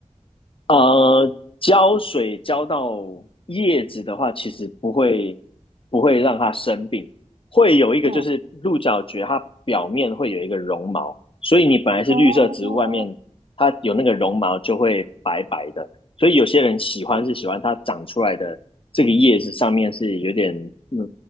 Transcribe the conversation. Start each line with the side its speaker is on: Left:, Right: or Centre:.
Left: 呃，浇水浇到叶子的话，其实不会不会让它生病，会有一个就是鹿角蕨，
Right: 嗯，
Left: 它表面会有一个绒毛，所以你本来是绿色植物，
Right: 哦，哦，
Left: 外面它有那个绒毛就会白白的，所以有些人喜欢是喜欢它长出来的这个叶子上面是有点嗯
Right: 懂，嗯